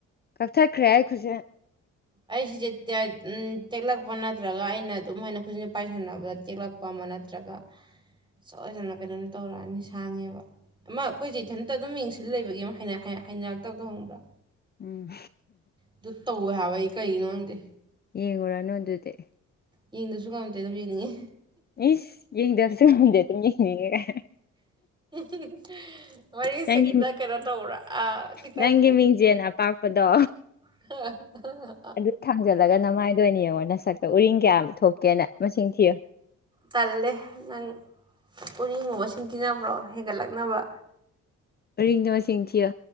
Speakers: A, on the left; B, on the right.
A: ꯀꯛꯊꯠꯈ꯭ꯔꯦ ꯑꯩꯈꯨꯖꯤꯟ
B: ꯑꯩ ꯁꯤꯁꯦ ꯇꯦꯛꯂꯛꯄ ꯅꯠꯇ꯭ꯔꯒ ꯑꯩꯅ ꯑꯗꯨꯝ ꯍꯥꯏꯅ ꯈꯨꯖꯤꯅ ꯄꯥꯏꯁꯟꯅꯕꯗ ꯇꯦꯛꯂꯛꯄ ꯄ ꯑꯃ ꯅꯠꯇ꯭ꯔꯒ ꯁꯣꯏꯗꯅ ꯀꯩꯅꯣꯅꯤ ꯇꯧꯔꯛꯑꯅꯤ ꯁꯥꯡꯉꯦꯕ ꯑꯃ ꯑꯩꯈꯣꯏꯁꯦ ꯏꯊꯟꯇ ꯑꯗꯨꯝ ꯌꯦꯡꯁꯤꯟ ꯂꯩꯕꯒꯤ ꯍꯥꯏꯅꯔꯛꯇꯕꯗ‌ꯣ ꯈꯪꯕ꯭ꯔꯥ
A: ꯎꯝ
B: ꯑꯗꯨ ꯇꯧꯋꯦ ꯍꯥꯏꯕ ꯑꯩ ꯀꯔꯤꯒꯤꯅꯣ ꯈꯪꯗꯦ
A: ꯌꯦꯡꯉꯨꯔꯅꯨ ꯑꯗꯨꯗꯤ
B: ꯌꯦꯡꯗꯁꯨ ꯉꯝꯗꯦ ꯑꯗꯨꯝ ꯌꯦꯡꯅꯤꯡꯉꯦ
A: ꯏꯁ ꯌꯦꯡꯗꯔꯁꯨ ꯉꯝꯗꯦ ꯑꯗꯨꯝ ꯌꯦꯡꯅꯤꯡꯉ‌ꯦ ꯒꯥꯏ
B: <unintelligible> ꯋꯥꯔꯤꯁꯦ
A: ꯅꯪꯒꯤ
B: ꯈꯤꯇꯪ ꯀꯩꯅꯣ ꯇꯧꯕ꯭ꯔꯥ ꯈꯤꯇꯪ
A: ꯅꯪꯒꯤ ꯃꯤꯡꯖꯦꯜ ꯑꯄꯥꯛꯄꯗꯣ
B: <unintelligible>
A: ꯑꯗꯨ ꯊꯥꯡꯖꯜꯂꯒ ꯅꯃꯥꯏꯗ ꯑꯣꯏꯅ ꯌꯦꯡꯉꯣ ꯅꯁꯛꯇ ꯎꯔꯤꯡ ꯀꯌꯥ ꯑꯃ ꯊꯣꯛꯀꯦꯅ ꯃꯁꯤꯡ ꯊꯤꯌꯨ
B: ꯇꯜꯂꯦ ꯅꯪ ꯎꯔꯤꯡꯕꯨ ꯃꯁꯤꯡ ꯊꯤꯅꯕ꯭ꯔꯣ ꯍꯦꯟꯒꯠꯂꯛꯅꯕ
A: ꯎꯔꯤꯡꯗꯣ ꯃꯁꯤꯡ ꯊꯤꯌꯣ